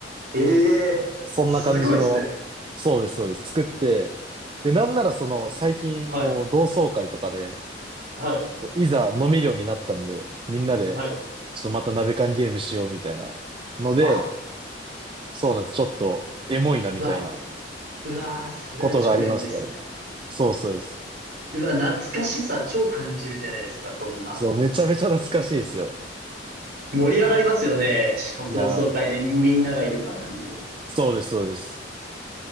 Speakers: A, on the right; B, on the right.
A: ええー、
B: そんな感じの、
A: すごいっすね。
B: そうです、そうです。作って、で、なんならその最近こう同窓会とかで、
A: はい。はい。
B: こういざ飲めるようになったんで、みんなで、
A: はい。
B: ちょっとまた鍋缶ゲームしようみたいなので、
A: あ、
B: そうなんです。ちょっとエモいなみたいな
A: うわ、うわー、それは超エモいっすね。
B: ことがありましたね。そうそうです。
A: うわ、懐かしさ超感じるじゃないですか、そんな。
B: そう、めちゃめちゃ懐かしいですよ。
A: 盛り上がりますよね。しかも同窓会でみんながいる場なんで。
B: いや、
A: う
B: そうです、そうです。